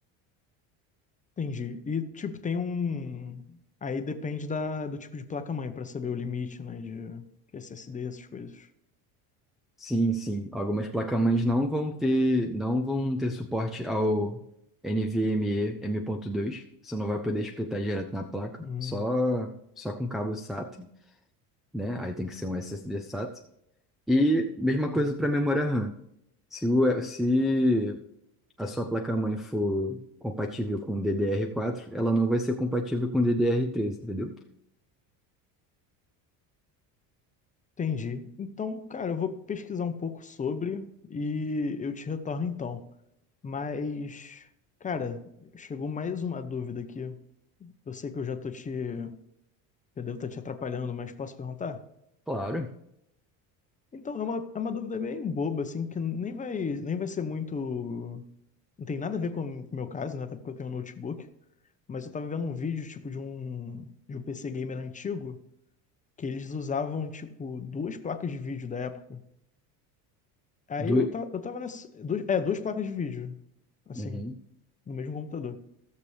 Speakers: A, on the left; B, in the centre.
A: entendi. E, tipo, tem um. Aí depende da, do tipo de placa-mãe pra saber o limite, né? De, de SSD, essas coisas.
B: Sim, sim. Algumas placas mães não vão ter, não vão ter suporte ao NVMe M. ponto dois Você não vai poder espetar direto na placa,
A: Uhum.
B: só só com cabo SATA, né? Aí tem que ser um SSD SATA. E mesma coisa para memória RAM. Se, o, se a sua placa-mãe for compatível com ddr quatro ela não vai ser compatível com ddr três entendeu?
A: Entendi. Então, cara, eu vou pesquisar um pouco sobre e eu te retorno então. Mas, cara, chegou mais uma dúvida aqui. Eu sei que eu já tô te, eu devo estar te atrapalhando, mas posso perguntar?
B: Claro.
A: Então, é uma, é uma dúvida bem boba, assim, que nem vai, nem vai ser muito. Não tem nada a ver com o meu caso, né? Até porque eu tenho um notebook. Mas eu tava vendo um vídeo, tipo, de um, de um PC gamer antigo, que eles usavam, tipo, duas placas de vídeo da época. Aí
B: Do...
A: eu, ta- eu tava nessa. Duas, é, duas placas de vídeo, assim,
B: Uhum.
A: no mesmo computador.